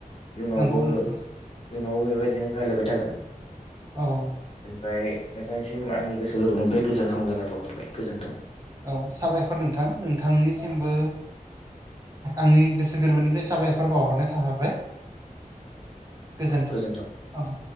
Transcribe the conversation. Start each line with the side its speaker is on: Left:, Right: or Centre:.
Left: इयुनावबो
Right: नंगौ नोंथां
Left: इयुनावबो बेबायदिनो रायलायबाय थागोन।
Right: औ
Left: ओमफ्राय नोथांनिसिम आंनि गोसो गोरबोनिफ्राय गोजोन हामलायनाय बावहरबाय गोजोन्थों।
Right: औ साबायखर नोंथां नोंथांनिसिमबो आंनि गोसो गोरबोनिफ्राय साबायखर बावहरनाय थाहरबाय। गोजोनथों
Left: गोजोन्थों
Right: ओं